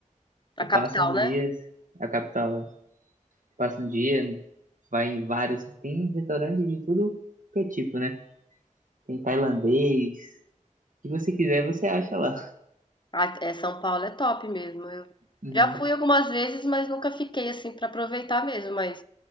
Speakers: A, on the left (about 35°); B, on the right (about 80°).
A: A
B: você
A: capital,
B: passa um
A: né?
B: dia a capital. né? passa um dia, vai em vários. Tem restaurante de tudo que é tipo, né? Tem tailandês. se você quiser, você acha lá.
A: Ah, é, São Paulo é top mesmo. Eu
B: Uhum.
A: já fui algumas vezes, mas nunca fiquei assim pra aproveitar mesmo. Mas